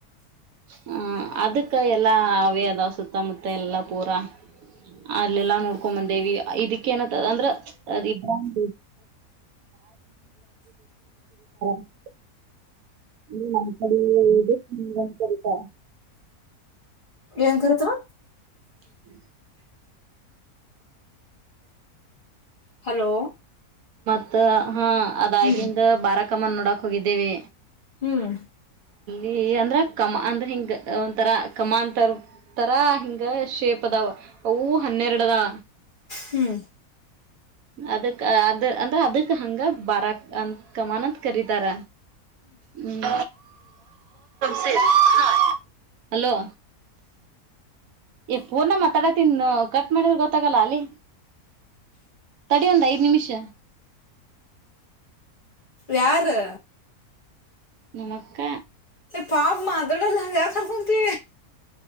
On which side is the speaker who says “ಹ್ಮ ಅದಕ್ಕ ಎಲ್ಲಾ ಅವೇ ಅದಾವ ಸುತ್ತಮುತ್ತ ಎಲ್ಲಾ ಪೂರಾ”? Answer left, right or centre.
Right